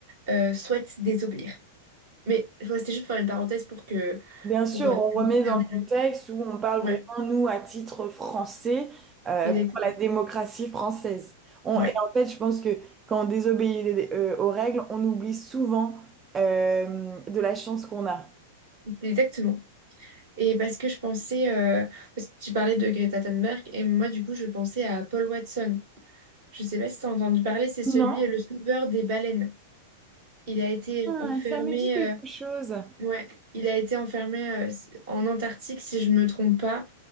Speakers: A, on the right; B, on the right.
A: euh, souhaitent désobéir. Mais ouais, c'était juste pour faire une parenthèse pour que
B: Bien sûr,
A: pour euh,
B: on remet
A: terminer
B: dans le
A: le-
B: contexte où on parle
A: ouais,
B: vraiment nous à titre français euh,
A: exactement.
B: pour la démocratie française. On,
A: Ouais,
B: et en fait, je pense que quand on désobéit euh, aux règles, on oublie souvent euh, de la chance qu'on a.
A: exactement. Et parce que je pensais, euh, parce que tu parlais de Greta Thunberg, et moi du coup je pensais à Paul Watson. Je sais pas si tu as entendu parler, c'est celui,
B: Non?
A: le sauveur des baleines. Il a été enfermé
B: Ah, ça me dit quelque
A: euh,
B: chose.
A: Ouais, il a été enfermé euh, s- en Antarctique, si je ne me trompe pas,